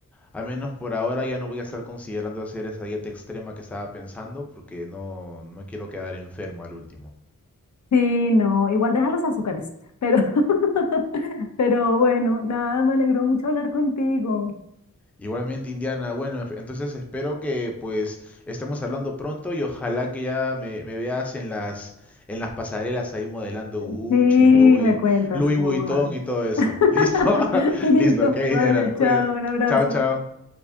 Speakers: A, in the centre; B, on the left.
A: al menos por ahora ya no voy a estar considerando hacer esa dieta extrema que estaba pensando porque no, no quiero quedar enfermo al último.
B: Sí, no, igual deja los azúcares, pero, <laughs> pero bueno, nada, me alegró mucho hablar contigo.
A: Igualmente, Indiana. Bueno, enf- entonces espero que pues estemos hablando pronto y ojalá que ya me, me veas en las en las pasarelas ahí modelando Gucci,
B: Sí, me
A: Louis,
B: cuentas
A: Louis
B: cómo
A: Vuitton
B: va.
A: y todo eso.
B: <laughs>
A: ¿Listo? <laughs>
B: Listo,
A: Listo, ok, Indiana.
B: vale,
A: Cuida-
B: chao, un abrazo.
A: Chao, chao.